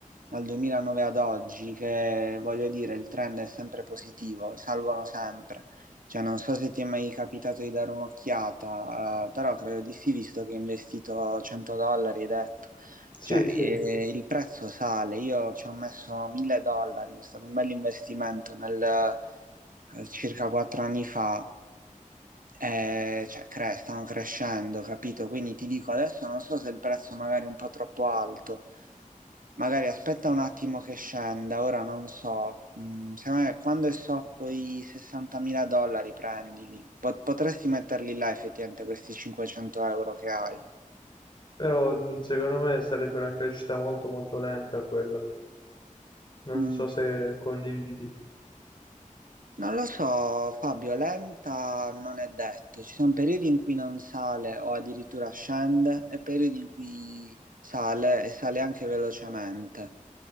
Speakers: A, on the right; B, on the left.
A: dal 2009 ad oggi, che voglio dire, il trend è sempre positivo, salgono sempre. Cioè, non so se ti è mai capitato di dare un'occhiata, eh, però credo di sì, visto che hai investito 100 dollari, hai detto.
B: Sì,
A: Cioè,
B: sì,
A: eh, il prezzo sale, io ci ho messo 1000 dollari, è stato un bel investimento nel eh, circa quattro anni fa eh, cioè, cre- stanno crescendo, capito? Quindi ti dico, adesso non so se il prezzo magari è un po' troppo alto, magari aspetta un attimo che scenda, ora non so, Mm, secondo me quando è sotto i 60.000 dollari prendili, Po- potresti metterli là effettivamente questi 500 euro che hai.
B: però mh, secondo me sarebbe una crescita molto molto lenta quella. Non
A: Mm.
B: so se condividi.
A: Non lo so, Fabio, lenta non è detto. Ci sono periodi in cui non sale o addirittura scende e periodi in cui sale e sale anche velocemente.